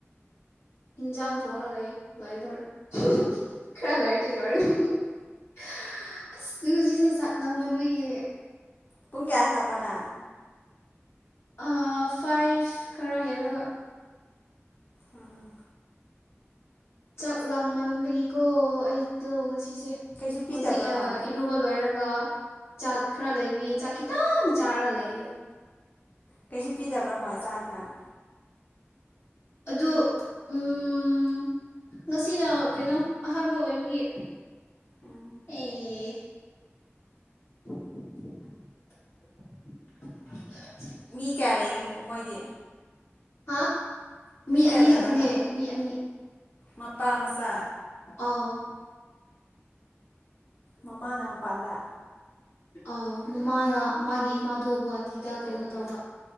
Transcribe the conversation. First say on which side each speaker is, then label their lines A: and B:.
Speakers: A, on the left (about 60°); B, on the left (about 40°).
A: ꯏꯟꯁꯥꯡ ꯊꯣꯡꯔ ꯂꯩ ꯂꯣꯢꯒꯗꯣꯔꯦ ꯍꯨꯝ ꯍꯨꯝ ꯈꯔ ꯂꯔꯗꯤ ꯂꯣꯢꯔꯅꯤ ꯍꯤ ꯍꯤ ꯑꯁ ꯉꯥꯁꯤꯁꯨ ꯆꯥꯛꯂꯝꯃꯟꯕꯒꯤ
B: ꯄꯨꯨꯡ ꯀꯌꯥ ꯍꯂꯛ ꯉꯟꯅꯥ
A: ꯑ ꯐꯥꯏꯚ ꯈꯔ ꯍꯜꯂꯒ
B: ꯑꯥ
A: ꯆꯥꯛ ꯂꯥꯃꯟꯕꯒꯤ ꯀꯣ ꯑꯩꯗꯣ ꯉꯁꯤ ꯁꯤꯁꯦ
B: ꯀꯩꯁꯨ ꯄꯤꯗꯕ꯭ꯔꯥ
A: ꯍꯧꯖꯤꯛ
B: ꯃꯣꯏ
A: ꯏꯔꯨꯕ ꯂꯣꯏꯔꯒ ꯑꯗꯨꯒ ꯆꯥꯛ ꯈꯔ ꯂꯩꯕꯒꯤ ꯆꯥꯛ ꯈꯤꯇꯪ ꯆꯥꯔꯒ ꯂꯩꯌꯦꯒ
B: ꯀꯩꯁꯨ ꯄꯤꯗꯕ꯭ꯔꯥ ꯃꯣꯏ ꯆꯥꯅꯤꯉꯥꯏ
A: ꯑꯗꯨ ꯎꯝ ꯉꯁꯤꯅ ꯀꯩꯅꯣ ꯑꯍꯥꯟꯕ ꯑꯣꯏꯕꯒꯤ
B: ꯎꯝ
A: ꯑꯦ <unintelligible>
B: ꯃꯤ ꯀꯌꯥ ꯂꯩꯒꯦ ꯃꯣꯏꯗꯤ
A: ꯍꯥ ꯃꯤ
B: ꯀꯌꯥ
A: ꯑꯅꯤ
B: ꯂꯩꯕ꯭ꯔꯕ
A: ꯈꯛꯇꯅꯦ ꯃꯤ ꯑꯅꯤ
B: ꯃꯄꯥ ꯃꯆꯥ
A: ꯑꯧ
B: ꯃꯃꯥꯅ ꯃꯄꯥꯥꯟꯗ
A: ꯑꯥ ꯃꯃꯥꯅ ꯃꯥꯒꯤ ꯏꯃꯥꯗꯣ ꯒꯨꯍꯥꯇꯤꯗ ꯀꯩꯅꯣ ꯇꯧꯕ